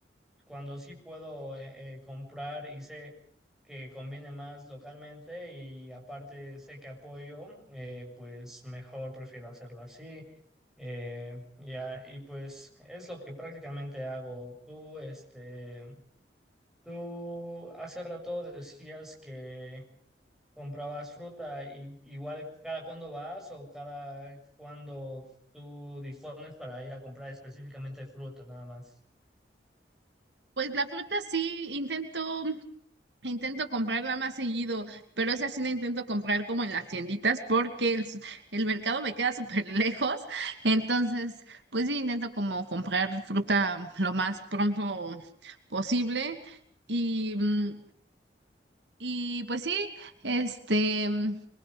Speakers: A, in the centre; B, on the right.
A: cuando sí puedo eh, eh, comprar y sé que conviene más localmente y aparte sé que apoyo, eh, pues mejor prefiero hacerlo así. Eh, ya, y pues es lo que prácticamente hago. Tú, este, tú hace rato decías que comprabas fruta y igual cada cuándo vas o cada cuándo tú dispones para ir a comprar específicamente fruta, nada más.
B: Pues la fruta sí, intento, intento comprarla más seguido, pero esa sí la intento comprar como en las tienditas porque el, s- el mercado me queda súper <laughs> lejos, entonces pues sí intento como comprar fruta lo más pronto posible y... mm, Y pues sí, este, mm,